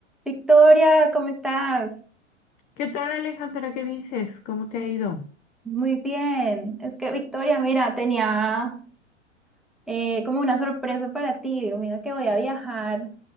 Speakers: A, in the centre; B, on the left.
A: Victoria, ¿cómo estás?
B: ¿Qué tal, Alejandra? ¿Qué dices? ¿Cómo te ha ido?
A: Muy bien. Es que Victoria, mira, tenía eh, como una sorpresa para ti. Mira que voy a viajar